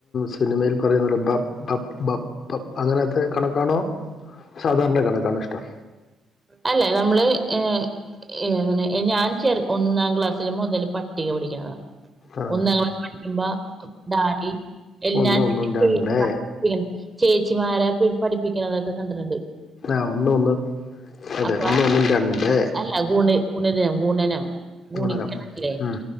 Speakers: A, on the left; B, on the right.
A: സിനിമയിൽ പറയുന്നത് ബപ്പ് ബപ്പ് ബപ്പ് അപ്പ അങ്ങനത്തെ കണക്കാണോ സാധാരണ കണക്കാണോ ഇഷ്ടം
B: അല്ല നമ്മള് ഏ ഏങ്ങെനെ ഞാൻ ചെറുപ്പം ഒന്നാം ക്ലാസ്സില് മുതൽ പട്ടിക പടിക്കണതാണ്.
A: ആ
B: ഒന്നാം ക്ലാസില് പഠിക്കുമ്പോ ടാലി എല്ലാ
A: ഒന്ന് ഒന്നും
B: <unintelligible>
A: രണ്ട്
B: ചേച്ചിമാരെ പഠിപ്പിക്കണതൊക്കെ കണ്ടിട്ടുണ്ട്.
A: ആ ഒന്ന് ഒന്ന് അതെ
B: അപ്പ
A: ഒന്ന് ഒന്നും രണ്ട്
B: അല്ല ഗുണ് ഗുണന് ഗുണനം ഗുണികണല്ലേ
A: ഗുണനം ഉം,